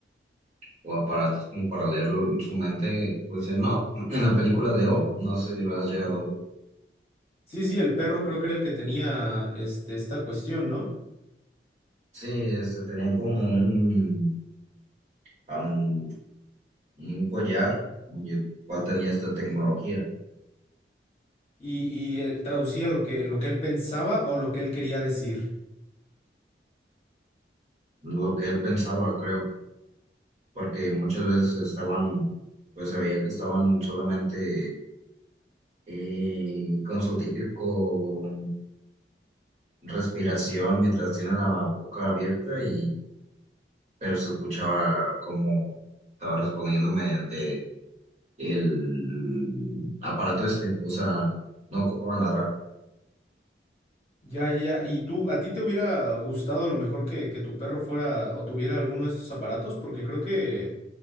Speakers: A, on the right; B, on the left.
A: o aparatos como para leer su mente, pues eh, no, en la película de O, no sé si lo has llegado a ver.
B: Sí, sí, el perro creo que era el que tenía este, esta cuestión, ¿no?
A: Sí, este, tenían como un, am, un collar y el cual tenía esta tecnología,
B: Y, y él traducía lo que, lo que él pensaba o lo que él quería decir.
A: lo que él pensaba, creo, porque muchas veces estaban, pues se veía que estaban solamente eh, con su típico respiración mientras tienen la boca abierta y, pero se escuchaba como estaba respondiendo mediante el aparato este, o sea, no ocupaban ladrar.
B: Ya, ya, ya. ¿Y tú, a ti te hubiera gustado a lo mejor que, que tu perro fuera o tuviera alguno de estos aparatos? Porque creo que,